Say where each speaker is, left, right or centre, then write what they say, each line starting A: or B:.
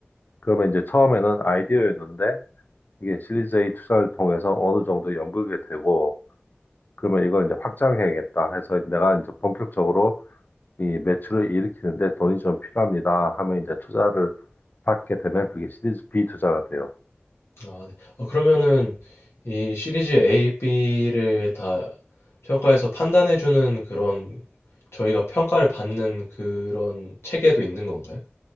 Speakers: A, on the left; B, on the left.
A: 그러면 이제 처음에는 아이디어였는데 이게 시리즈A 투자를 통해서 어느 정도 연결이 되고 그러면 이걸 이제 확장해야겠다 해서 내가 이제 본격적으로 이 매출을 일으키는데 돈이 좀 필요합니다 하면 이제 투자를 받게 되면 그게 시리즈 B 투자가 돼요.
B: 아, 네. 어, 그러면은 이 시리즈 A, B를 다 평가에서 판단해주는 그런 저희가 평가를 받는 그런 체계도 있는 건가요?